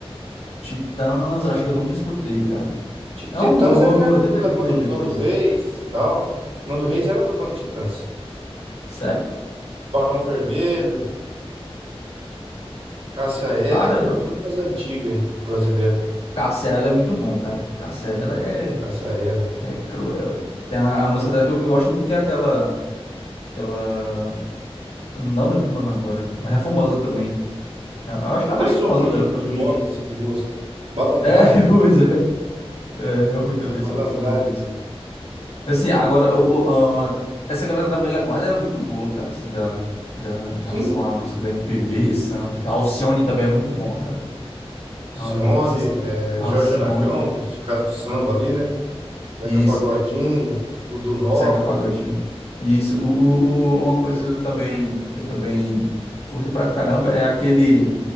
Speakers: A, on the left; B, on the right.
A: Titãs, acho que eu nunca escutei, cara.
B: Ti-
A: É
B: Titãs
A: uma boa, vou,
B: é aquela
A: vou até
B: do-
A: pe-
B: da
A: ver
B: banda do
A: depois.
B: Nando Reis, tal. Nando Reis era da banda Titãs.
A: Sério?
B: Barão Vermelho, Cássia Eller,
A: Cara, eu-
B: tudo mais antiga, hein? Brasileiro,
A: Cássia, ela é muito bom, cara. Cássia, ela é.
B: Cássia Eller.
A: É cruel, Tem a, a música dela que eu, que eu gosto muito, que é aquela, aquela... eu Não lembro o nome agora, mas é famosa também. Eu, eu acho que é a
B: Também
A: mais
B: sou
A: famosa
B: ruim
A: dela,
B: de,
A: provavelmente.
B: de nomes, assim, de música. Malandragem,
A: É, <laughs> pois é. É, eu ruim também,
B: é, Malandragem.
A: sou, sou ruim de música. Assim, agora, o, o- a- essa galera da velha guarda era muito boa, cara, assim, da, da, em relação
B: Sim,
A: à música da MPB, samba e tal. Alcione também é muito bom, cara.
B: Alcione,
A: Ah, não sei se...
B: é,
A: Alcione,
B: Jorge Aragão, nos casos do samba ali, né? Zeca
A: isso.
B: Pagodinho, Dudu Nobre,
A: Zeca Pagodinho. Isso. O, o, o- uma coisa eu também, que eu também curto pra caramba é aquele,